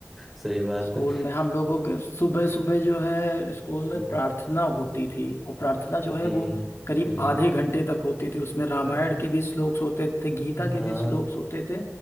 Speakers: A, in the centre; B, on the left (about 65°).
A: सही बात
B: स्कूल
A: है
B: में हम लोगों के सुबह सुबह जो है स्कूल
A: हम्म,
B: में प्रार्थना होती थी और प्रार्थना जो है
A: हम्म,
B: वो करीब
A: हम्म,
B: आधे घंटे तक होती थी उसमें रामायण
A: आ-
B: के भी श्लोक्स होते थे गीता
A: हाँ
B: के भी श्लोक्स होते थे